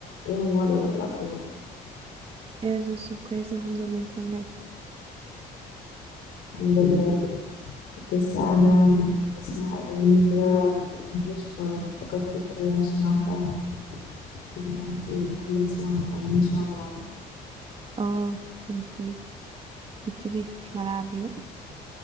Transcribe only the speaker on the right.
يا زوزو كويسة الحمد لله انت عاملة ايه
اه انت بتبتدي في ملعبي بقى